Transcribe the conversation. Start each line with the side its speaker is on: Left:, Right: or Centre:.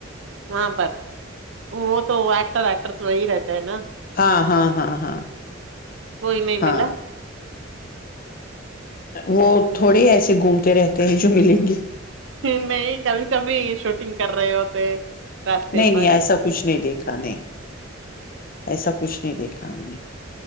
Right: وہاں پر وہ تو ایکٹر ایکٹرس وہی رہتے ہیں نا
Left: ہاں ہاں ہاں ہاں
Right: کوئی نہیں
Left: ہاں
Right: ملا
Left: وہ تھوڑے ایسے گھومتے رہتے ہیں جو ملیں گے
Right: نہیں کبھی کبھی شوٹنگ کر رہے ہوتے راستے
Left: نہیں نہیں
Right: پر
Left: ایسا کچھ نہیں دیکھا نہیں ایسا کچھ نہیں دیکھا ہم نے